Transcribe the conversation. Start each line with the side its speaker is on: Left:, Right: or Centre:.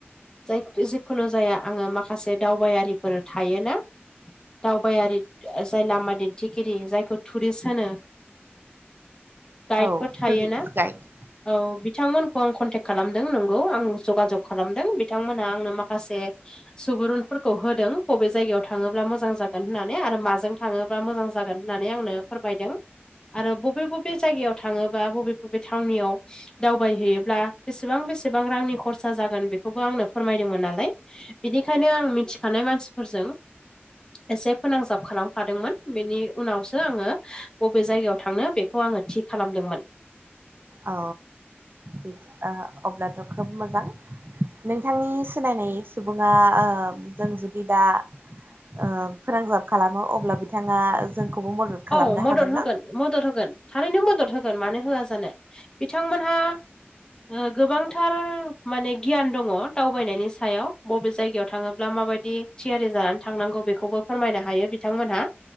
Left: जाय जिखुनु जाया आङो माखासे दावबायारिफोर थायो ना दावबायारि जाय लामा दिन्थिगिरि जायखौ टुरिस्ट होनो। गाइड
Right: औ
Left: फोर थायोना
Right: टुरिस्ट गाइड
Left: औ बि बिथांमोनखौ आं कन्टेक खालामदों नंगौ आं जगाजग खालामदों बिथांमोना आंनो माखासे सुबुरुन फोरखौ होदों बबे जायगायाव थाङोब्ला मोजां जागोन होननानै आरो माजों थाङोब्ला मोजां जागोन होननानै आंनो फोरमायदों। आरो बबे बबे जायगायाव थाङोबा बबे बबे थावनियाव दावबाय हैयोब्ला बेसेबां बेसेबां रांनि खरसा जागोन बेखौबो आंनो फोरमायदोंमोन नालाय। बिनिखायनो आं मिथिखानाय मानसि फोरजों एसे फोनांजाब खालाम खादोंमोन बेनि उनावसो आङो बबे जायगायाव थांनो बे खौ आङो थि खालामदोंमोन।
Right: अ ओ अब्लाथ' खोब मोजां। नोंथांनि सिनायनाय सुबुङा ओ जों जुदि दा ओ फोनांजाब खालामो अब्ला बिथाङा जोंखौबो मदद खालामनो
Left: औ मदद
Right: हागोन
Left: होगोन
Right: ना?
Left: मदद होगोन थारैनो मदद होगोन मानो होआ जानो बिथां मोनहा ओ गोबांथार माने गियान दङ दावबायनायनि सायाव बबे जायगायाव थाङोब्ला माबाय दि थियारि जानानै थांनांगौ बेखौबो फोरमायनो हायो बिथांमोनहा